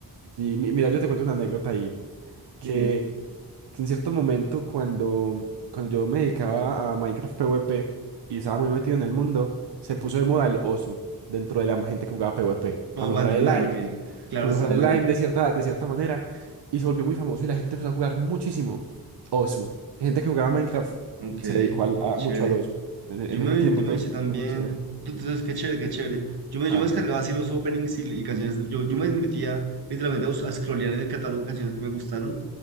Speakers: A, on the right (about 85°); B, on the right (about 65°).
A: Sí, mi- mira, yo te cuento una anécdota ahí. que,
B: Dime.
A: que en cierto momento cuando, cuando yo me dedicaba a Minecraft PvP y estaba muy metido en el mundo, se puso de moda el Osu dentro de la gente que jugaba PvP
B: ¿Cómo
A: para mejorar
B: va a entrenar?
A: el aim,
B: Ok. Claro,
A: para
B: es
A: mejorar
B: que es
A: el
B: bueno.
A: aim de cierta, de cierta manera y se volvió muy famoso y la gente empezó a jugar muchísimo Osu. Gente que jugaba Minecraft
B: Ok,
A: se dedicó al- a-
B: chévere.
A: mucho al Osu en ese
B: Yo
A: en
B: me,
A: ese tiempo,
B: yo
A: entonces
B: me eché también.
A: fue muy chévere.
B: Entonces, qué chévere, qué chévere. Yo me, yo
A: Ajá.
B: me descargaba así los openings y, y canciones. Yo, yo
A: Ujú.
B: me metía literalmente a, bus- a scrollear en el catálogo canciones que me gustaron